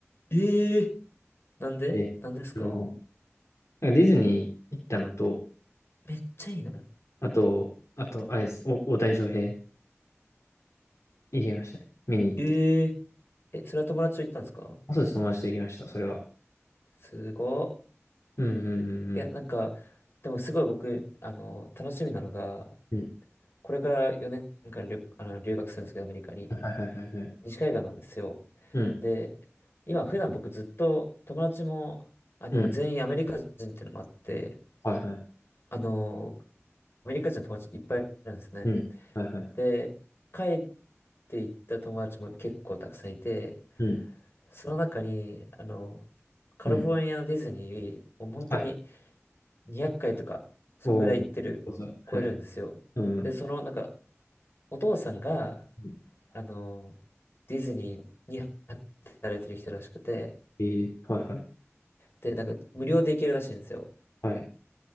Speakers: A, on the left; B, on the left.
A: ええなんでなんですか
B: で、あの、なんかディズニー行ったのと、
A: めっちゃいいな。
B: あと、あと、あれです、お、大谷翔平行きましたね。見に行って。
A: えええ、それは友達と行ったんですか
B: あ、そうです、友達と行きました、それは。
A: すごっ。
B: うんうんうん
A: いや、なんか、でもすごい僕、あの、楽しみなのが、
B: うん。うん。
A: これから4年間留、あの、留学するんですけど、アメリカに。
B: はいはいはいはい。
A: 西海岸なんですよ。
B: うん、
A: で、今、普段僕ずっと友達も、あの、
B: うん、
A: 全員アメリカ人っていうのもあって、
B: はいはい。
A: あの、アメリカ人の友達いっぱいいるんですね。
B: うん、はいはい。
A: で、帰って行った友達も結構たくさんいて、
B: うん、
A: その中に、あの、カリフォルニアのディズニー、
B: うん、
A: もう本当に
B: はい。
A: 200回とか、そんぐらい行ってる、
B: おー、そうそう。はいはい。
A: 超えるんですよ。
B: うん、
A: で、その、なんか、お父さんが、
B: うん。
A: あの、ディズニーに働いてる人らしくて、
B: えー、はいはい。
A: で、なんか、無料で行けるらしいんですよ。
B: はい、